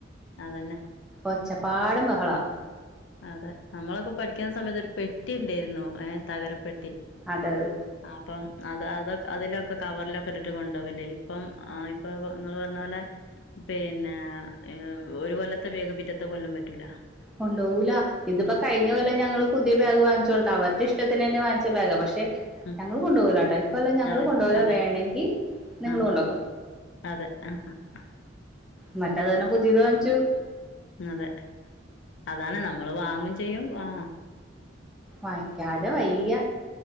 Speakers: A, on the left (about 65°); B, in the centre.
A: അതന്നെ
B: ഒച്ചപ്പാടും ബഹളാ
A: അതെ നമ്മളക്കെ പഠിക്കുന്ന സമയത്ത് ഒരു പെട്ടി ഇണ്ടേരുന്നു ഏഹ് തകര പെട്ടി.
B: അതെ അതെ
A: അപ്പം അത് അതൊ അതിലൊക്കെ കവറിലൊക്കെ ഇട്ടിട്ട് കൊണ്ടുപോകല്ലേ ഇപ്പം ഇപ്പ ഇങ്ങള് പറഞ്ഞ പോലെ പിന്നെ ഒരു കൊല്ലത്തെ ബേഗ് പിറ്റത്തെ കൊല്ലം പറ്റൂല.
B: കൊണ്ടോവുല ഇതിപ്പോ
A: ഉം
B: കഴിഞ്ഞ
A: ഉം
B: കൊല്ലം ഞങ്ങള് പുതിയ ബാഗ് വാങ്ങിച്ചു കൊടുത്ത അവരുടെഷ്ടത്തിനന്നെ വാങ്ങിച്ച ബാഗാ പഷേ
A: ഉം
B: ഞങ്ങള് കൊണ്ടുപോവുലട്ടോ ഈക്കൊലം ഞങ്ങള്
A: അതെ
B: കൊണ്ടോവുലാ
A: അതെ
B: വേണങ്കി നിങ്ങള്
A: ആഹ്
B: കൊണ്ട്ക്കോ
A: അതെ ആഹ് ആഹ്
B: ന്നട്ട് അത് കാരണം പുതിയത് വാങ്ങിച്ചു.
A: അതെ അതാണ് നമ്മള് വാങ്ങും ചെയ്യും ആഹ്
B: വായിക്കാതെ വയ്യ.